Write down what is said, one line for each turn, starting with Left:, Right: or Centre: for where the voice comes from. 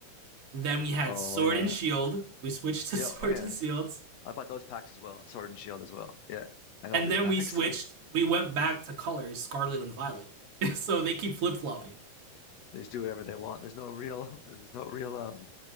Right: Then we had
Left: Oh
Right: Sword
Left: yeah.
Right: and Shield. We switched <laughs> to
Left: Yeah,
Right: Swords
Left: oh yes.
Right: and Shields,
Left: I bought those packs as well, Sword and Shield as well. Yeah. and
Right: and
Left: all these
Right: then
Left: packs.
Right: we switched.
Left: <laughs>
Right: We went back to colors Scarlet and Violet. <laughs> so they keep flip flopping.
Left: They just do whatever they want. There's no real <laughs> there's no real um